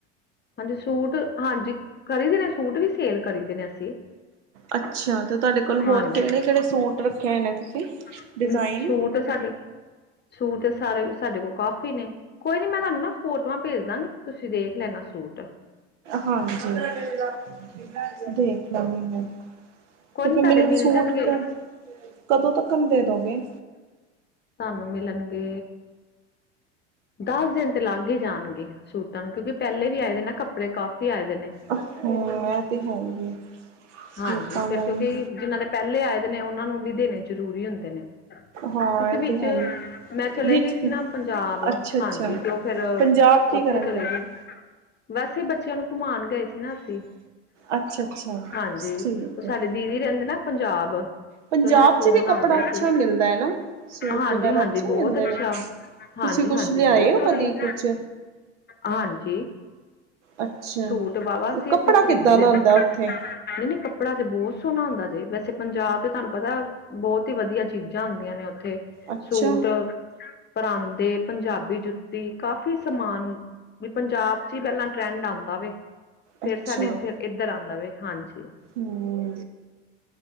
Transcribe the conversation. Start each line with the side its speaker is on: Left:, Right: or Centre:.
Left: ਹਾਂਜੀ ਸੂਟ ਹਾਂਜੀ ਕਰੀ ਦੇ ਨੇ ਸੂਟ ਵੀ ਸੇਲ ਕਰੀ ਦੇ ਨੇ ਅਸੀਂ
Right: ਅੱਛਾ ਤੇ ਤੁਹਾਡੇ ਕੋਲ
Left: ਹਾਂਜੀ
Right: ਹੋਰ ਕਿਹੜੇ- ਕਿਹੜੇ ਸੂਟ ਰੱਖੇ ਹੋਏ ਨੇ ਤੁਸੀਂ
Left: ਹਮ,
Right: ਡਿਜ਼ਾਇਨ
Left: ਸੂਟ ਸਾਡੇ ਸੂਟ ਤੇ ਸਾਰੇ ਸਾਡੇ ਕੋਲ ਕਾਫੀ ਨੇ ਕੋਈ ਨੀ ਮੈਂ ਤੁਹਾਨੂੰ ਨਾ ਫੋਟੋਆਂ ਭੇਜ ਦਾਂਗੀ ਤੁਸੀਂ ਦੇਖ ਲੈਣਾ ਸੂਟ
Right: ਹਾਂਜੀ <unintelligible> ਦੇਖ ਲਾਂਗੀ ਮੈਂ
Left: ਕੋਈ
Right: ਤੇ
Left: ਨੀ
Right: ਫਿਰ
Left: ਤੁਹਾਡੇ
Right: ਮੈਨੂੰ
Left: ਮਿਲ
Right: ਸੂਟ
Left: ਜਾਣਗੇ
Right: ਕ ਕਦੋਂ ਤੱਕ ਦੇ ਦੋਗੇ।
Left: ਤੁਹਾਨੂੰ ਮਿਲਣਗੇ। ਦਸ ਦਿਨ ਤੇ ਲੱਗ ਹੀ ਜਾਣਗੇ ਸੂਟਾਂ ਨੂੰ ਕਿਉਂਕਿ ਪਹਿਲੇ ਵੀ ਆਏ ਦੇ ਨਾ। ਕੱਪੜੇ ਕਾਫੀ ਆਏ ਦੇ ਨੇ।
Right: ਹਾਂ ਇਹ ਤੇ ਹੈ ਹੀ ਹੈ ਸੂਟਾਂ
Left: ਹਾਂਜੀ ਫਿਰ
Right: ਦਾ
Left: ਕਿਉਂਕਿ
Right: ਵੀ
Left: ਜਿਨਾਂ ਦੇ ਪਹਿਲੇ ਆਏ ਦੇ ਨੇ ਉਹਨਾਂ ਨੂੰ ਵੀ ਦੇਣੇ ਜਰੂਰੀ ਹੁੰਦੇ ਨੇ ਕਿਉਂਕਿ
Right: ਹਾਂ ਇਹ
Left: ਵਿੱਚ
Right: ਤੇ ਹੈ ਹੀ
Left: ਮੈਂ ਚਲੇ
Right: ਵਿੱਚ
Left: ਗਈ ਸੀ ਨਾ ਪੰਜਾਬ
Right: ਅੱਛਾ ਅੱਛਾ
Left: ਹਾਂਜੀ ਤੇ ਉਹ ਫਿਰ
Right: ਪੰਜਾਬ ਕੀ
Left: ਓਥੇ
Right: ਕਰਨ
Left: ਚਲੇ
Right: ਗਏ
Left: ਗਈ।
Right: ਸੀ
Left: ਵੈਸੇ ਬੱਚਿਆਂ ਨੂੰ ਘੁਮਾਉਣ ਗਏ ਸੀ ਨਾ ਅਸੀਂ
Right: ਅੱਛਾ -ਅੱਛਾ
Left: ਹਾਂਜੀ
Right: ਠੀਕ
Left: ਉਹ ਸਾਡੇ
Right: ਹੈ।
Left: ਦੀਦੀ ਰਹਿੰਦੇ ਨਾ ਪੰਜਾਬ ਤੇ
Right: ਪੰਜਾਬ
Left: ਉਹਨਾ ਦੇ ਫੋਨ
Right: ਚ ਵੀ ਕੱਪੜਾ
Left: ਆਉਂਦੇ
Right: ਅੱਛਾ
Left: ਸੀ।
Right: ਮਿਲਦਾ ਹੈ ਨਾ ਸੂਟ
Left: ਹਾਂਜੀ
Right: ਵਗੈਰਾ
Left: -ਹਾਂਜੀ।
Right: ਅੱਛੇ
Left: ਬਹੁਤ
Right: ਮਿਲਦੇ
Left: ਅੱਛਾ,
Right: ਨੇ ਤੁਸੀਂ
Left: ਹਾਂਜੀ-
Right: ਕੁਛ
Left: ਹਾਂਜੀ
Right: ਲਿਆਏ
Left: ਬਹੁਤ
Right: ਹੋ
Left: ਵਧੀਆ
Right: ਕਦੀ ਕੁਛ
Left: ਹਾਂਜੀ।
Right: ਅੱਛਾ
Left: ਸੂਟ ਵਾਹਵਾ ਅਸੀਂ
Right: ਕੱਪੜਾ
Left: ਇਥੋਂ ਖਰੀਦੀ
Right: ਕਿੱਦਾਂ
Left: ਦੇ
Right: ਦਾ
Left: ਨੇ।
Right: ਹੁੰਦਾ ਉੱਥੇ
Left: ਕਪੜਾ ਤੇ ਬਹੁਤ ਸੋਹਣਾ ਹੁੰਦਾ ਜੇ, ਵੈਸੇ ਪੰਜਾਬ ਤੇ ਤੁਹਾਨੂੰ ਪਤਾ ਬਹੁਤ ਹੀ ਵਧੀਆ ਚੀਜ਼ਾਂ ਹੁੰਦੀਆਂ ਨੇ ਉੱਥੇ।
Right: ਅੱਛਾ
Left: ਸੂਟ ਪਰਾਂਦੇ ਪੰਜਾਬੀ ਜੁੱਤੀ ਕਾਫੀ ਸਮਾਨ ਵੀ ਪੰਜਾਬ ਚ ਹੀ ਪਹਿਲਾਂ ਟਰੈਂਡ ਆਉਂਦਾ ਵੇ ਫਿਰ
Right: ਅੱਛਾ
Left: ਸਾਡੇ ਇੱਥੇ ਇੱਧਰ ਆਉਂਦਾ ਵੇ ਹਾਂਜੀ
Right: ਹਮ।